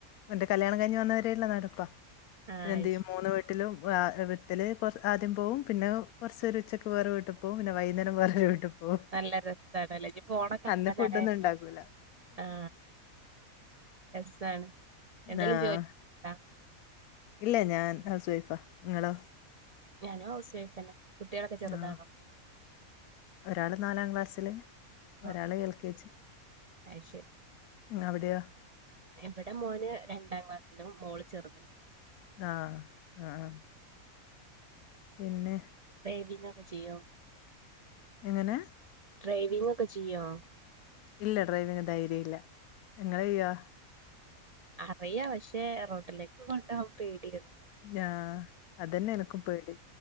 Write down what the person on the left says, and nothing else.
എന്റെ കല്യാണം കഴിഞ് വന്നവരല്ല നടപ്പാ
പിന്നെ എന്ത്
ചെയ്യും
മൂന്ന്. വീട്ടിലും വിട്ടില് ആദ്യം പോവും പിന്നെ കുറചൊരു ഉച്ചക്ക് വേറെ വീട്ട് പോകും പിന്നെ വൈകുന്നേരം വേറെ വിട്ടി പോവും. ഓ
അന്ന്
ഫുഡൊന്നും ഉണ്ടാക്കൂല.
ആഹ്
ഇല്ല ഞാൻ ഹൗസ് വൈഫാ ഇങ്ങളോ?
ആഹ് ഒരാള് നാലാം ക്ലാസ്സില് ഒരാള്
എൽ കെ ജി.
അവിടെയോ?
ആഹ് ആഹ് പിന്നെ
എങ്ങനെ?
ഇല്ല ഡ്രൈവിങ് ധൈര്യ ഇല്ല നിങ്ങള് ചെയ്യോ?
ആ അതന്നെ എനക്കും പേടി